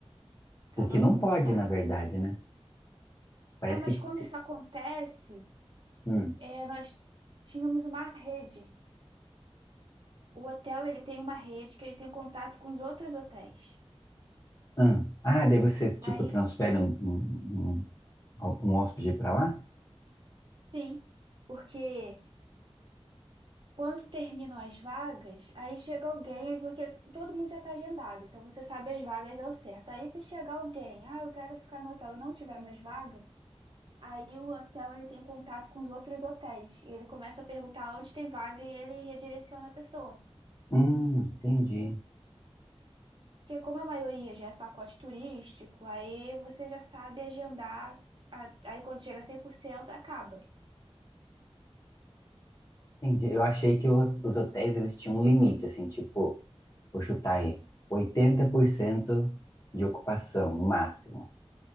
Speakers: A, on the right (about 50°); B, on the left (about 35°).
A: Ficava
B: O que não
A: muito
B: pode,
A: ocupado.
B: na verdade, né? Parece
A: É, mas quando
B: que.
A: isso
B: te-
A: acontece,
B: Hum.
A: é, nós tínhamos uma rede. O hotel, ele tem uma rede que ele tem contato com os outros hotéis.
B: Hum. Ah, daí você, tipo,
A: Aí,
B: transfere um, um, um, um hóspede para lá?
A: sim, porque quando terminam as vagas, aí chega alguém, é porque todo mundo já está agendado, então você sabe as vagas ao certo. Aí se chegar alguém, ah, eu quero ficar no hotel e não tiver mais vaga, Aí o hotel ele tem contato com os outros hotéis e ele começa a perguntar onde tem vaga e ele redireciona a pessoa.
B: Hum, entendi.
A: Porque como a maioria já é pacote turístico, aí você já sabe agendar, a- aí quando chega a cem por cento acaba.
B: Entendi. Eu achei que o- os hotéis, eles tinham um limite, assim, tipo. vou chutar aí, 80% de ocupação, no máximo.